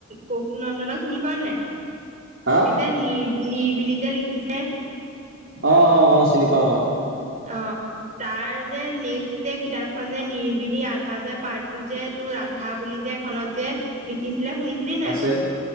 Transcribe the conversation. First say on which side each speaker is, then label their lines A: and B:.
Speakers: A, on the right (about 35°); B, on the right (about 60°).
A: কৌশিক নন্দনক চিনি পোৱা নাই?
B: হা
A: এই যে নি নিবিলি যে লিখিছে।
B: অ অ অ চিনি পাও অ
A: অ' তাৰ যে নেক্সট যে কিতাপখন যে নিৰিবিলি আধা যে, পাৰ্টটো যে তোৰ ৰাধা বুলি যে এখনত যে লিখিছিলে। শুনিছিলি নাই
B: আছে
A: বাৰু?